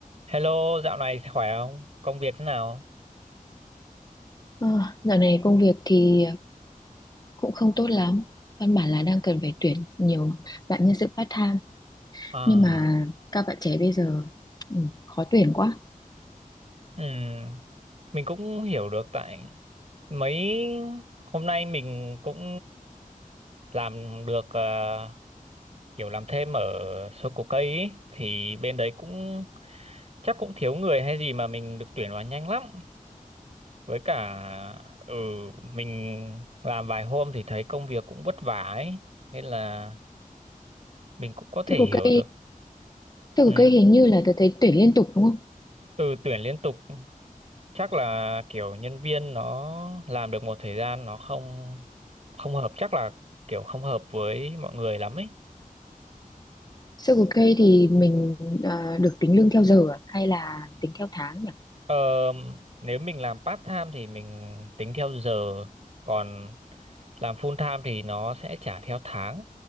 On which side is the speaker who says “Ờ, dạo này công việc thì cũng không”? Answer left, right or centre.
Left